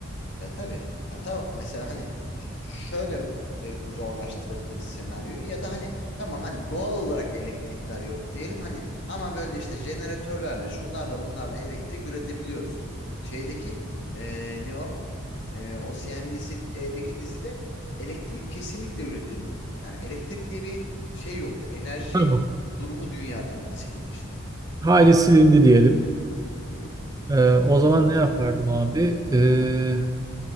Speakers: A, on the left; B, on the right.
A: Ya tabii. Ya ta mesela hani ş- şöyle de zorlaştırabiliriz senaryoyu ya da hani tamam hani doğal olarak elektrikler yok diyelim hani ama böyle işte jeneratörlerle şunlarla bunlarla elektrik üretebiliyoruz. Şeydeki e, ne o? E, o CNBC'deki dizide elektrik kesinlikle üretemiyordun. Yani elektrik diye bir şey yoktu. Enerji
B: Tamam.
A: durumu dünyadan silinmişti.
B: Hali silindi diyelim.
A: Hı hı.
B: Ee, o zaman ne yapardım abi? Ee,